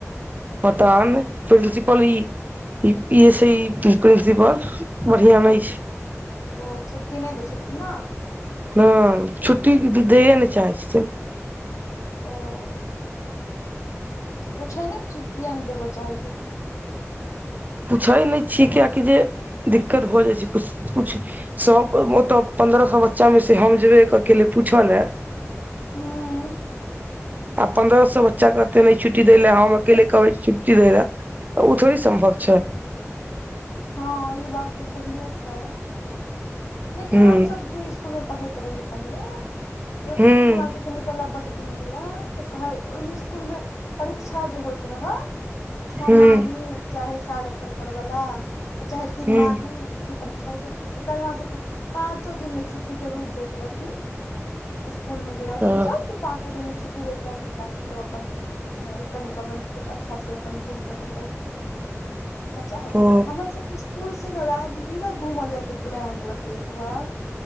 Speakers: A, on the right; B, on the left.
A: पता नै प्रिंसिपल <inaudible> ई इसे ही प्रिंसिपल पर बढ़िआँ नहि छै
B: ओ छुट्टी नहि दै छथिन न
A: हँ छुट्टी दैए नहि चाहय छै से
B: <inaudible> ओ <inaudible> पूछए नहि छी किया नहि देबो चाहै छै
A: पुछै नहि छियै किआकि जे दिक्कत भ जाइ छै कुछ सब ओतब पन्द्रह सौ बच्चा मे से हम जेबे अकेले पूछल ने
B: हँ <inaudible>
A: आ पंन्द्रह सौ बच्चा केते नहि छुट्टी देलै हम अकेले कहब छुट्टी दैल ओ थोड़ी सम्भव छै
B: हँ ई बात तऽ सही ए छै लेकिन
A: हूँ
B: हम सब जे स्कूल मे पढ़ैत रहियै पहिले तऽ
A: हूँ
B: हमरा सब निकलला बड दिन भेले तऽ कहे ओहिमे स्कूल मे परीक्षा जे होइत रहे छओ
A: हूँ
B: माही चाहे साल भर पर वला चाहे तीन
A: हूँ
B: माही परीक्षा होइ त उ काल हमरा सब के पाँचो दिन ल छुट्टी जरूर दैत रहथिन स्कूल में जे रहथिन
A: ओ
B: सब पाँचो दिन ल छुट्टी दैत रहथिन ताकि सब अपन अ कनिक अपन अच्छा से अपन घुइम टहललौं आ चाहे
A: ओ
B: हमर सबके कुल से ने राजगिर घूमऽ जायके प्लान रहय एक बार